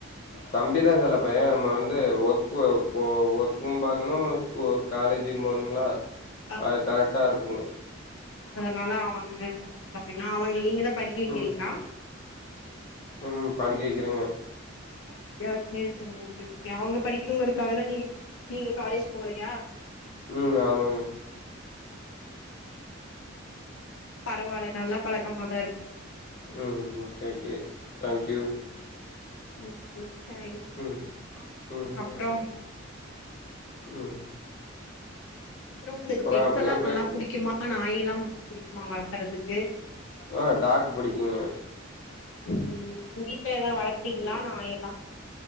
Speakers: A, on the left; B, on the left.
A: தம்பிதா செல்ல பைய நம்ம வந்து ஒர்க்கு ஒர்க்கு பாக்கணு ஸ் காலேஜ்க்கு போணுங்களா
B: ஆ
A: அது கரெட்டாருக்கு
B: அதனால அவங்க ஏனா அவங்கள நீங்க தா படிக்க வக்கிறீங்ளா
A: ம் ம் படிக்க வக்கிறங்க
B: அப்டியா செரி செரி ஓகே ஓகே அவங்க படிக்கணுங்கறதுக்காக தா நீ நீங்க காலேஜ் போலயா
A: ம் ஆமாங்க
B: பரவால்ல நல்ல பழக்கமாதா இருக்கு
A: ம் ஓகே ஓகே தேங்க்யூ
B: ம் தேங்க்யூ
A: ம் ம்
B: அப்றோ
A: ஓகே ம்
B: அப்ற உங்களுக்கு
A: அப்றோ
B: பெட்ஸல்லா
A: அப்டியே போயிட்ருக்கு
B: நல்லா புடிக்குமா நாய் எல்லா புடிக்குமா வளத்தறதுக்கு
A: ஆ டாக் புடிக்குங்க
B: ம் உங்க வீட்ல தாவது வளத்துறீங்களா நாயல்லா